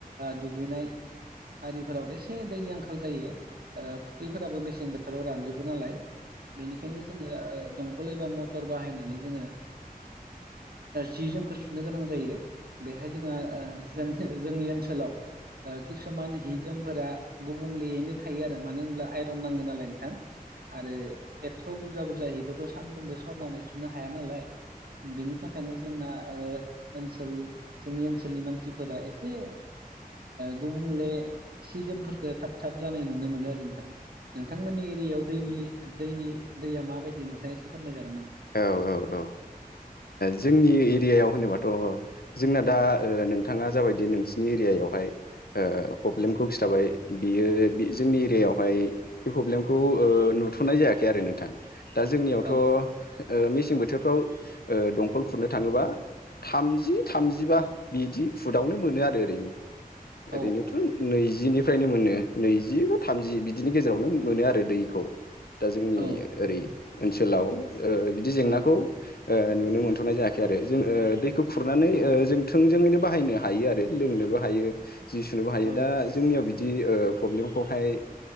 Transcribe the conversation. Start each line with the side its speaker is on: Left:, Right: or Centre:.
Right: दुगैनाय आरिफोराव एसे दैनि आंखाल जायो फुख्रिफोराबो मेसें बोथोराव रानजोबो नालाय बेनिखायनो जोङो दंखल एबा मटर टर बाहायनानै जोङो सि जोमखौ सुनो गोनां जायो बेहाय जोंहा जों जोंनि ओनसोलाव किसुमान हिजोमफोरा गुबुंलेयैनो थायो आरो मानो होनब्ला आइरन नाङो नालाय नोंथां आरो थ' बुरजा बुरजाहिखौथ' सानफ्रोमबो सरनानै सुनो हाया नालाय बिनि थाखायनो जोंना ओनसोल जोंनि ओनसोलनि मानसिफोरा एसे गुबुंले सिजोमफोरखौ थाब थाब जानाय नुनो मोनो आरो नोंथां नोंथांमोननि एरियायाव दैनि दैनि दैया माबायदि नोंथाङा एसे फोरमाय जागोन नामा
Left: औ औ औ जोंनि एरियायाव होनोबाथ' जोंना दा नोंथाङा जाबायदि नोंसिनि एरियायावहाय प्रब्लेमखौ खिथाबाय बियो जोंनि एरियायावहाय बे प्रब्लेमखौ नुथ'नाय जायाखै आरो नोंथां दा जोंनियावथ'
Right: औ
Left: मेसें बोथोरफ्राव दंखल खुरनो थाङोबा थामजि थामजिबा बिदि फुदावनो मोनो आरो ओरैनो
Right: औ
Left: ओरैनोथ' नैजिनिफ्रायनो मोनो नैजि बा थामजि बिदिनि गेजेरावनो मोनो आरो दै खौ दा जोंनि
Right: औ
Left: ओरै ओनसोलाव बिदि
Right: उम,
Left: जेंनाखौ नुनो मोनथ'नाय जायाखै आरो जों दैखौ खुरनानै
Right: औ
Left: जों थोंजोङैनो बाहायनो हायो आरो लोंनोबो हायो जि सुनोबो हायो
Right: औ
Left: दा जोंनियाव बिदि प्रब्लेमखौहाय